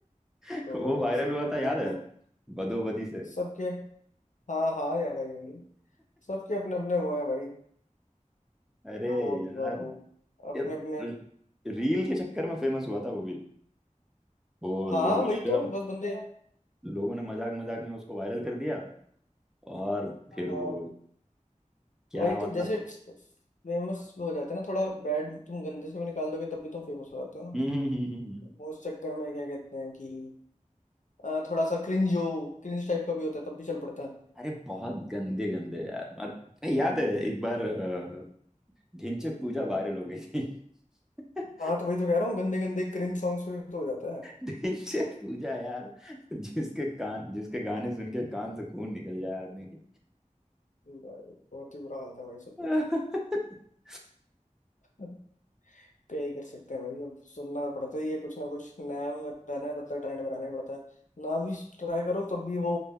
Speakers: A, in the centre; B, on the left.
A: <laughs>
B: कोई
A: वो
B: नहीं
A: वायरल
B: सबके
A: हुआ
B: अपने
A: था याद
B: अपने
A: है बदोबदी से
B: सबके हाँ हाँ याद आ गया मुझे सबके अपने अपने वो है भाई
A: अरे
B: कौन
A: यार
B: और वो अपने
A: ये
B: अपने
A: रील के चक्कर में फेमस हुआ था वो भी वो
B: हाँ
A: लोगों
B: वही
A: ने जो
B: तो
A: है
B: बस बंदे
A: लोगों ने मजाक मजाक में उसको वायरल कर दिया और
B: हाँ
A: फिर वो क्या
B: वही तो
A: मतलब
B: जैसे फेमस हो जाते हैं ना थोड़ा बैड तुम गंदे से भी निकाल दोगे तब भी तुम फेमस हो जाते हो ना
A: हम्म हम्म हम्म हम्म, हम्म।
B: वो उस चक्कर में क्या कहते हैं कि अ, थोड़ा सा क्रिंज हो क्रिंज टाइप का भी होता है तब भी चल पड़ता है
A: अरे बहुत गंदे गंदे यार मत नहीं, याद है एक बार अ, ढिंचैक पूजा वायरल हो गई थी <laughs>
B: हाँ तो वही तो कह रहा हूँ गंदे गंदे क्रिंज सॉन्ग्स पे भी तो हो जाता है
A: ढिंचैक पूजा यार जिसके कान जिसके गाने सुन के कान से खून निकल जाए आदमी के
B: भाई, बहुत ही बुरा हाल था भाई सब
A: <laughs>
B: कुछ अब क्या ही कर सकते हैं भाई अब सुनना पड़ता ही है कुछ ना कुछ नया में रहना है पड़ता है ट्रेंड में रहना ही पड़ता है ना भी ट्राई करो तब भी वो